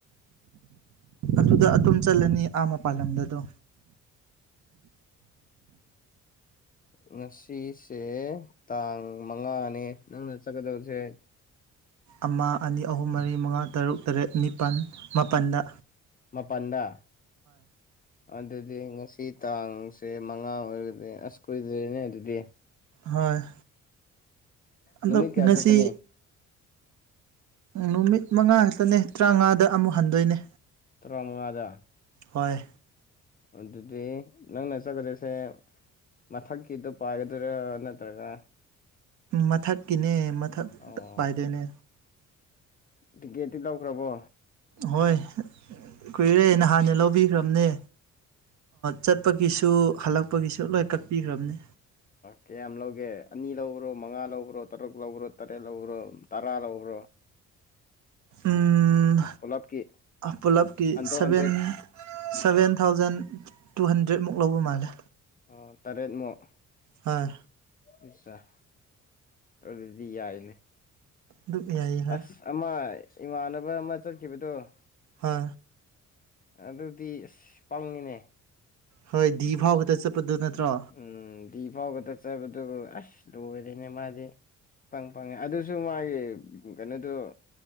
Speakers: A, on the right; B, on the left.
A: ꯑꯗꯨꯗ ꯑꯗꯨꯨꯝ ꯆꯠꯂꯅꯤ ꯑꯥ ꯃꯄꯥꯜꯂꯝꯗꯗꯣ
B: ꯉꯁꯤꯁꯦ ꯇꯥꯡ ꯃꯉꯥꯅꯦ ꯅꯪꯅ ꯆꯠꯀꯗꯕꯁꯦ
A: ꯑꯃ ꯑꯅꯤ ꯑꯍꯨꯝ ꯃꯔꯤ ꯃꯉꯥ ꯇꯔꯨꯛ ꯇꯔꯦꯠ ꯅꯤꯄꯥꯟ ꯃꯥꯄꯟꯗ
B: ꯃꯄꯟꯗ ꯑꯗꯨꯗꯤ ꯉꯁꯤ ꯇꯥꯡꯁꯦ ꯃꯉꯥ ꯑꯣꯏꯔꯒꯗꯤ ꯑꯁ ꯀꯨꯏꯗꯔꯤꯅꯦ ꯑꯗꯨꯗꯤ
A: ꯍꯣꯏ ꯑꯗꯣ
B: ꯅꯨꯃꯤꯠ ꯀꯌꯥ
A: ꯉꯁꯤ
B: ꯆꯠꯀꯅꯤ
A: ꯅꯨꯃꯤꯠ ꯃꯉꯥ ꯈꯛꯇꯅꯦ ꯇꯔꯥꯎꯉꯥꯗ ꯑꯃꯨꯛ ꯍꯟꯗꯣꯏꯅꯦ
B: ꯇꯔꯃꯉꯥꯗ
A: ꯍꯣꯏ
B: ꯑꯗꯨꯗꯤ ꯅꯪꯅ ꯆꯠꯀꯗ‌ꯣꯏꯁꯦ ꯃꯊꯛꯀꯤꯗꯣ ꯄꯥꯏꯒꯗꯣꯏꯔꯥ ꯅꯠꯇ꯭ꯔꯒ
A: ꯃꯊꯛꯀꯤꯅꯦ ꯃꯊꯛꯇ
B: ꯑꯣ
A: ꯄꯥꯏꯗꯣꯏꯅꯦ
B: ꯇꯤꯛꯀꯦꯠꯇꯤ ꯂꯧꯈ꯭ꯔꯕꯣ
A: ꯍꯣꯏ ꯀꯨꯏꯔꯦ ꯅꯍꯥꯟꯅ ꯂꯧꯕꯤꯈ꯭ꯔꯕꯅꯦ ꯆꯠꯄꯒꯤꯁꯨ ꯍꯜꯂꯛꯄꯒꯤꯁꯨ ꯂꯣꯏ ꯀꯛꯄꯤꯈ꯭ꯔꯕꯅꯤ
B: ꯀꯌꯥꯝ ꯂꯧꯒꯦ ꯑꯅꯤ ꯂꯧꯕꯔꯣ ꯃꯉꯥ ꯂꯧꯕ꯭ꯔꯣ ꯇꯔꯨꯛ ꯂꯧꯕ꯭ꯔꯣ ꯇꯔꯦꯠ ꯂꯧꯕ꯭ꯔꯣ ꯇꯔꯥ ꯂꯧꯕ꯭ꯔꯣ
A: ꯎꯝ
B: ꯄꯨꯂꯞꯀꯤ
A: ꯄꯨꯂꯞꯀꯤ
B: ꯑꯟꯗꯣ
A: seven
B: hundred
A: seven thousand two ꯍꯟꯗ꯭ꯔꯦꯠꯃꯨꯛ ꯂꯧꯕ ꯃꯥꯜꯂꯦ
B: ꯑꯣ ꯇꯔꯦꯠꯃꯨꯛ
A: ꯍꯣꯏ
B: ꯑꯆꯥꯥ ꯑꯗꯨꯗꯤ ꯌꯥꯏꯅꯦ
A: ꯑꯗꯨꯝ ꯌꯥꯏꯌꯦ ꯍꯥ
B: ꯑꯁ ꯑꯃ ꯏꯃꯥꯟꯅꯕ ꯑꯃ ꯆꯠꯈꯤꯕꯗꯣ
A: ꯍ
B: ꯑꯗꯨꯗꯤ ꯑꯁ ꯄꯪꯉꯤꯅꯦ
A: ꯍꯣꯏ ꯗꯤ ꯐꯥꯎ ꯈꯛꯇ ꯆꯠꯄꯗꯨ ꯅꯠꯇ꯭ꯔꯣ
B: ꯎꯝ ꯗꯤ ꯐꯥꯎ ꯈꯛꯇ ꯆꯠꯄꯗꯨ ꯑꯁ ꯂꯣꯏꯔꯦꯅꯦ ꯃꯥꯗꯤ ꯏꯄꯪ ꯄꯪꯉꯦ ꯑꯗꯨꯁꯨ ꯃꯥꯏꯒꯤ ꯀꯩꯅꯣꯗꯨ